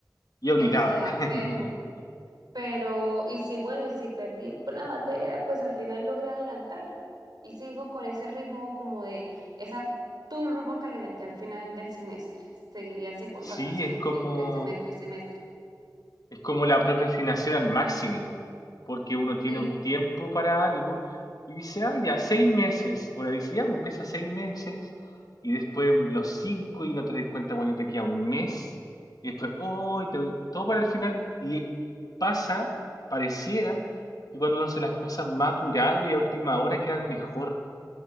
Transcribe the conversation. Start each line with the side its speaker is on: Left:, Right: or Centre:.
Left: Y obligada.
Right: o sea,
Left: <laughs>
Right: pero Pero, y si, bueno, y si perdí por la materia, pues al final logré adelantar. Y sigo con ese ritmo como de esa turbo que le metí al final del semestre. Seguiría así por
Left: Sí,
Right: vacaciones,
Left: es como...
Right: entre semestre y semestre.
Left: Es como la procrastinación al máximo, porque uno tiene
Right: Sí,
Left: un tiempo para algo y dice, ah, ya, seis meses. o le dice, ya, pues empieza seis meses y después los cinco y no te das cuenta cuando te queda un mes. Y después, oh, y te- todo para el final. Y pasa, pareciera, que cuando uno hace las cosas más apurado y a última hora quedan mejor.